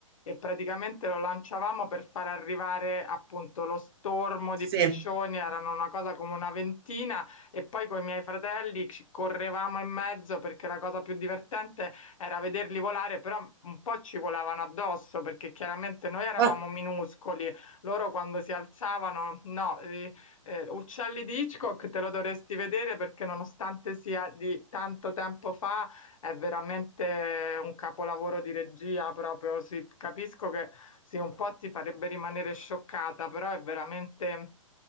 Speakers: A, on the left; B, on the right.
A: e praticamente lo lanciavamo per far arrivare appunto lo stormo
B: Sì.
A: di piccioni, erano una cosa come una ventina e poi con i miei fratelli ci correvamo in mezzo perché la cosa più divertente era vederli volare, però un po' ci volavano addosso perché chiaramente noi eravamo
B: Ah. Ah.
A: minuscoli loro quando si alzavano, no, eh, eh, Uccelli di Hitchcock te lo dovresti vedere perché nonostante sia di tanto tempo fa, è veramente un capolavoro di regia proprio, sì, capisco che sì, un po' ti farebbe rimanere scioccata, però è veramente